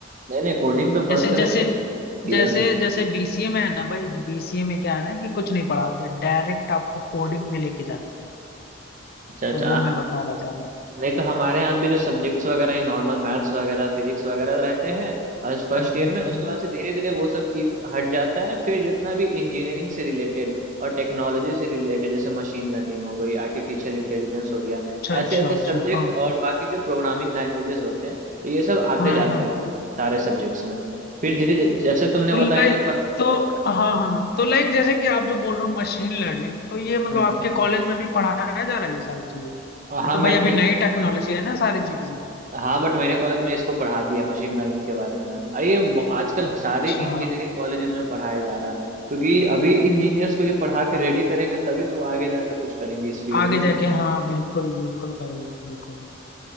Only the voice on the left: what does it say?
जैसे
जैसे
जैसे
जैसे बीसीए में है ना भाई बीसीए में क्या है ना कि कुछ नहीं पढ़ाते डायरेक्ट आपको कोडिंग में लेके जाते हैं
तो वो मैं बता रहा था हम्म,
हम्म,
हम्म।
अच्छा अच्छा
अच्छा हाँ
हाँ
हाँ
हाँ।
तो
लाइक
तो हाँ हाँ हाँ। तो लाइक जैसे कि आप जो बोल रहे हो मशीन लर्निंग तो ये मतलब
आपके कॉलेज में भी पढ़ाया जा रहा है ये सारी चीजें
ये तो
भाई अभी
नई टेक्नोलॉजी है ना सारी चीजें
अच्छा
आगे
जाके हाँ बिल्कुल बिल्कुल भाई बिल्कुल